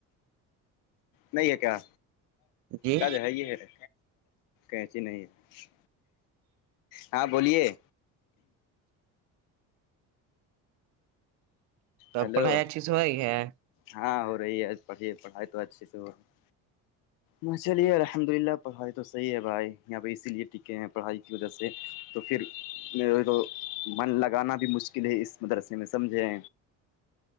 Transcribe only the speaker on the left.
نہیں ہے کیا
کیا جو ہے یہ ہے بچی نہیں ہے ہاں بولیے
ہیلو
ہاں ہو رہی ہے پڑھی پڑھائی تو اچھیے سے ہو رہی ہے ہاں چلیے الحمد للہ پڑھائی تو صحیح ہے بھائی یہاں پہ اسی لیے ٹکے ہیں پڑھائی کی وجہ سے تو پھر تو من لگانا بھی مشکل ہے اس مدرسے میں سمجھیں